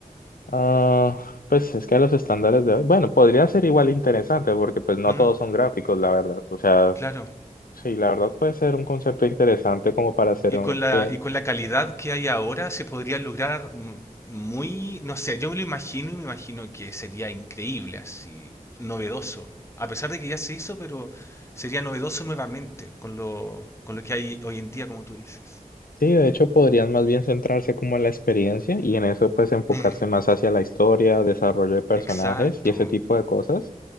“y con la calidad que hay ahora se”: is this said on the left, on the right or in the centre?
Left